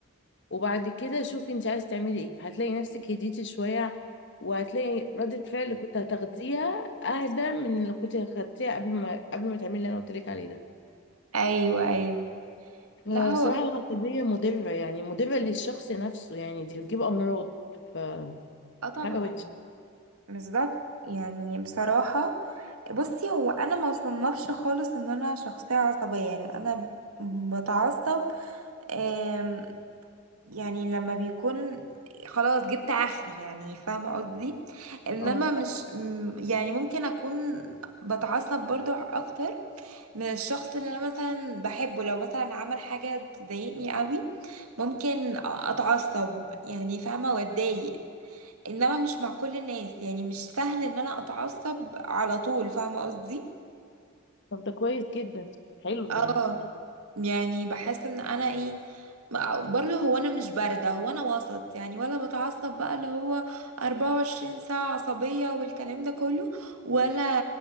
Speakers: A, on the left; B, on the right.
A: وبعد كده شوفي انت عايزه تعملي ايه هتلاقي نفسك هديتي شويه وهتلاقي ردة فعل اللي كنت هتاخديها اهدى من اللي كنت خدتيها قبل ما قبل ما تعملي اللي انا قلت لك عليه ده
B: ايوه ايوه لا
A: فصراحه
B: هو
A: العصبيه مضره يعني مضره للشخص نفسه يعني دي بتجيب امراض فحاجه
B: اه طبعا
A: وحشه
B: بالظبط يعني بصراحه بصي هو انا ما صنفش خالص ان انا شخصيه عصبيه يعني انا بتعصب آم، يعني لما بيكون خلاص جبت اخري يعني فاهمه قصدي انما
A: اه
B: مش م- يعني ممكن اكون بتعصب برضو اكتر من الشخص اللي انا مثلا بحبه لو مثلا عمل حاجة تضايقني قوي ممكن اتعصب يعني فاهمة واتضايق انما مش مع كل الناس يعني مش سهل ان انا اتعصب على طول فاهمة قصدي
A: طب ده كويس جدا حلو
B: اه
A: يعني
B: يعني بحس ان انا ايه برضه هو انا مش بارده هو انا وسط يعني ولا بتعصب بقى اللي هو 24 ساعه عصبيه والكلام ده كله ولا